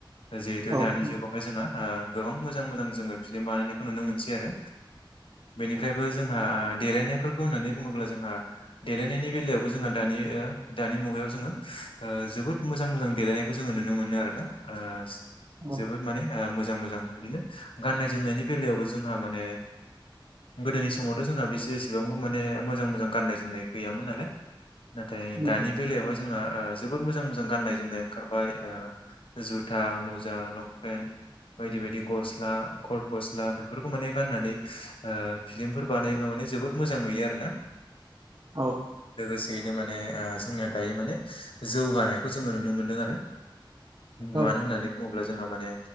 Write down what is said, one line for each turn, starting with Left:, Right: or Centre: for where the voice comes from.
Left: जिहेतु
Right: औ
Left: दानि
Right: नंगौ
Left: जुगावहाय जोंहा ओ गोबां मोजां मोजां जोङो फ्लिम बानायनायखौ नुनो मोनसै आरो। बेनिफ्रायबो जोंहा देलायनायफोरखौ होननानै बुङोब्ला जोंहा देलायनायनि बेलायावबो जोंहा दानि दानि मुगायाव जोङो ओ जोबोद मोजां मोजां देलायनायखौ जोङो नुनो मोन आरोना ओ
Right: औ
Left: जोबोद माने ओ मोजां मोजां बिदिनो गाननाय जोमनायनि बेलायावबो जोंहा माने गोदोनि समावथ' जोंहा बेसे एसेबांबो माने मोजां मोजां गाननाय जोमनाय गैयामोन नालाय नाथाय
Right: नंगौ
Left: दानि बेलायावहाय जोंहा ओ जोबोद मोजां मोजां गाननाय जोमनाय ओंखारबाय ओ जुथा मुजा लंपेन्ट बायदि बायदि। गस्ला कट गस्ला बेफोरखौ माने गाननानै ओ फिलिमफोर बानायोब्ला माने जोबोद मोजां नुयो आरो ना।
Right: औ।
Left: लोगोसेयैनो माने ओ जोंना दायो माने जौगानायखौ जोङो नुनो मोनदों आरो।
Right: औ
Left: मानो होननानै बुङोब्ला जोंहा माने